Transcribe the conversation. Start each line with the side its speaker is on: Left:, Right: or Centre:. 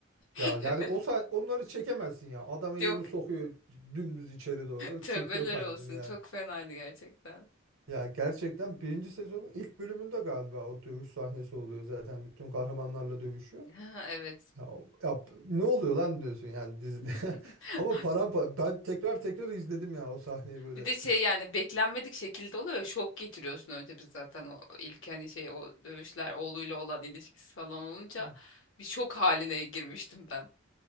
Right: ya
Left: <laughs>
Right: gerçi o sah- onları çekemezsin ya. Adam elini
Left: Yok,
Right: sokuyor dümdüz içeri doğru
Left: tövbeler
Right: çekiyor kalbini
Left: olsun.
Right: yani.
Left: Çok fenaydı gerçekten.
Right: Ya gerçekten birinci sezonun ilk bölümünde galiba o dövüş sahnesi oluyor zaten bütün kahramanlarla dövüşüyor.
Left: Ha, Evet.
Right: Ya, ya p- ne oluyor lan diyorsun yani dizide.
Left: <laughs>
Right: <laughs> Ama parampa ben tekrar tekrar izledim ya o sahneyi böyle.
Left: Bir de şey yani beklenmedik şekilde oluyor. ya, Şok getiriyorsun önce biz zaten o ilk hani şey o dövüşler oğluyla olan ilişkisi falan olunca
Right: <laughs>
Left: bir şok haline girmiştim ben.